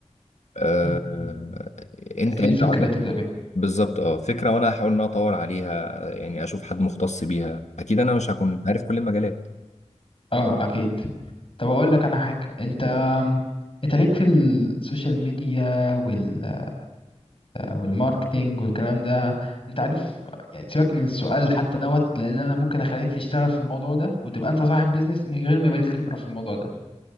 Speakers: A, on the left; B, on the left.
A: آه...
B: مم، مم.
A: انت
B: إيه
A: انت
B: الفكره
A: عندك
B: تبدا بيها
A: بالظبط اه فكره وانا هحاول ان أنا اطور عليها يعني اشوف حد مختص بيها اكيد انا مش هكون عارف كل المجالات
B: اه اكيد طب اقول لك انا حاجه انت انت ليك في السوشيال ميديا وال... والماركتينج والكلام ده انت عارف يعني سيبك من السؤال حتى دوت لان انا ممكن اخليك تشتغل في الموضوع ده وتبقى انت صاحب بيزنس من غير ما يبقى ليك خبرة في الموضوع ده